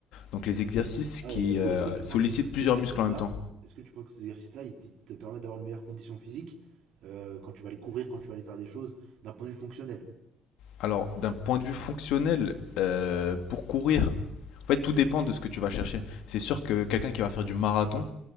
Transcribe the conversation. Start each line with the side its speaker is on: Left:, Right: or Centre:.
Left: donc les exercices
Right: Ouais,
Left: qui
Right: et du coup,
Left: euh,
Right: est-ce que tu
Left: sollicitent
Right: penses que tous ces
Left: plusieurs
Right: exercices-là,
Left: muscles en même temps.
Right: est-ce que tu penses que ces exercices-là, ils ils te permettent d'avoir une meilleure condition physique euh, quand tu vas aller courir, quand tu vas aller faire des choses d'un point de vue fonctionnel
Left: Alors d'un point de vue fonctionnel, euh, pour courir, en fait tout dépend de ce que tu vas chercher. C'est sûr que quelqu'un qui va faire du marathon,